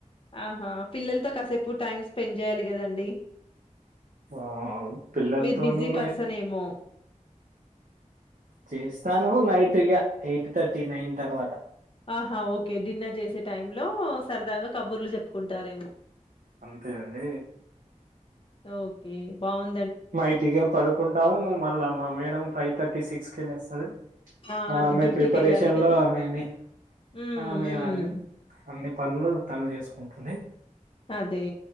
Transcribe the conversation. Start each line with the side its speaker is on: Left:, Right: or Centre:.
Left: ఆహా పిల్లలతో కాసేపు టైమ్ స్పెండ్ చేయాలి కదండి
Right: ఆ పిల్లతోని
Left: మీరు బిజీ పర్సన్ ఏమో
Right: చేస్తాను నైట్ ఇగా ఎయిట్ థర్టీ నైన్ తర్వాత
Left: ఆహా ఓకే డిన్నర్ చేసే టైమ్ లో సరదాగా కబుర్లు చెప్పుకుంటారేమో
Right: అంతే అండి
Left: ఓకే బాగుం
Right: మైటిగా పడుకుంటాము మళ్ళా మా మేడం ఫైవ్ థర్టీ సిక్స్ కెళ్ళిస్తది
Left: ఆ!
Right: ఆమె
Left: డ్యూటీకెళ్ళాలి
Right: ప్రిపరేషన్
Left: కదా!
Right: లో ఆమె అన్ని
Left: హ్మ్.
Right: ఆమె
Left: హ్మ్.
Right: అన్ని పనులు తను చేసుకుంటుంది
Left: అదే.